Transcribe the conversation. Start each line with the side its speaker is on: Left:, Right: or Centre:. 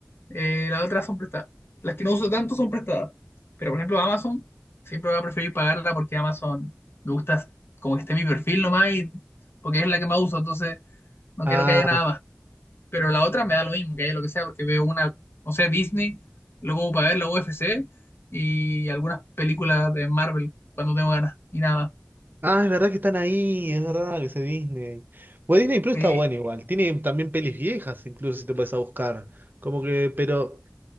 Left: Eh, las otras son prestadas. Las que no uso tanto son prestadas. Pero por ejemplo, Amazon, siempre voy a preferir pagarla porque Amazon me gusta como que esté mi perfil nomás y porque es la que más uso, entonces no
Right: ah
Left: quiero que haya nada más. Pero la otra me da lo mismo, que haya lo que sea, porque veo una, no sé, Disney, luego para ver la UFC y algunas películas de Marvel cuando tengo ganas y nada más.
Right: Ah, es verdad que están ahí, es verdad que ese Disney. Bueno, Disney Plus
Left: Sí,
Right: está bueno igual. Tiene también pelis viejas, incluso si te puedes a buscar. Como que, pero,